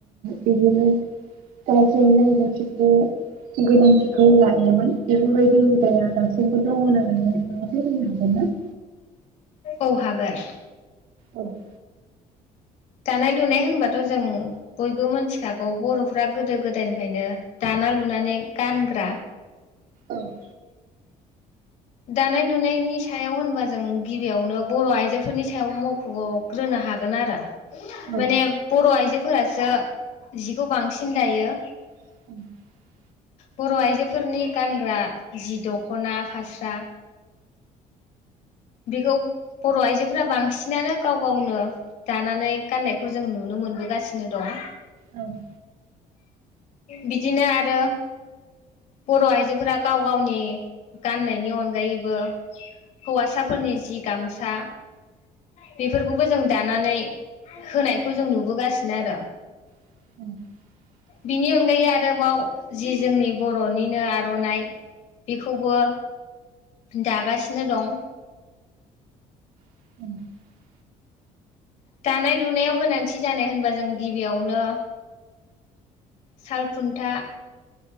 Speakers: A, on the right; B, on the left.
A: बिदिनो गावजोंनो नांगौ <inaudible> गोनांथिखौ लायोमोन बेफोरबायदि <inaudible> दैया दासिमबो दङ आरो हागोन ना? <inaudible>
B: औ हागोन।
A: औ। <inaudible>
B: दानाय लुनाय होनबाथ जों बयबो मोनथिखागौ बरफ्रा गोदो गोदायनिफ्रायनो दाना लुनानै गानग्रा।
A: ओं <inaudible>
B: दानाय लुनायनि सायाव होनबा जों गिबियावनो बर आइजोफोरनि सायाव मखग्रोनो हागोन आरो।
A: औ
B: माने बर आइजो फोरासो जिखौ बांसिन दायो।
A: <inaudible>
B: बर आइजोफोरनि गानग्रा जि दखना फास्रा। बेखौ बर आइजोफोरा बांसिनानो गाव गावनो दानानै गाननायखौ जों नुनो मोनबोगासिनो दं।
A: औ <inaudible>
B: बिदिनो आरो बर आइजोफोरा गाव गावनि गाननायनि अनगायैबो हौवासा फोरनि जि गामसा बेफोरखौबो जों दानानै होनायखौ जों नुबोगासिनो आरो।
A: <inaudible>
B: बिनि अनगायै आरोबाव जि जोंनि बरनिनो आरनाइ बेखौबो दागासिनो दं।
A: <inaudible>
B: दानाय लुनायाव गोनांथि जानाय होनबा जों गिबियावनो सालखुन्था